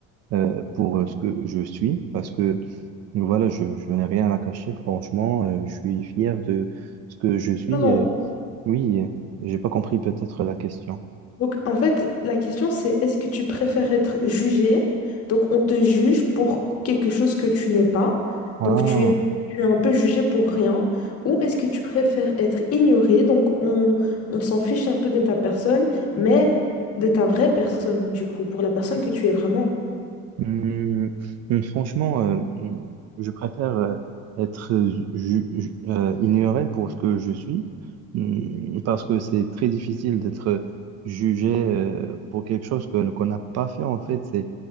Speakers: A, on the right (about 50°); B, on the left (about 45°).
A: euh, pour ce que je suis parce que voilà, je, je n'ai rien à cacher. Franchement, euh, je suis fier de ce que je suis.
B: Non, non.
A: Et oui, j'ai pas compris peut-être la question.
B: Donc, en fait, la question, c'est est-ce que tu préfères être jugé? Donc, on te juge pour quelque chose que tu n'es pas.
A: Ah.
B: Donc, tu es, tu es un peu jugé pour rien. Ou est-ce que tu préfères être ignoré? Donc, on, on s'en fiche un peu de ta personne, mais de ta vraie personne, du coup, pour la personne que tu es vraiment.
A: Hum, hum, franchement, euh, hum, je préfère euh, être ju- ju- euh, ignoré pour ce que je suis, hum, parce que c'est très difficile d'être jugé euh, pour quelque chose que- qu'on n'a pas fait. En fait, c'est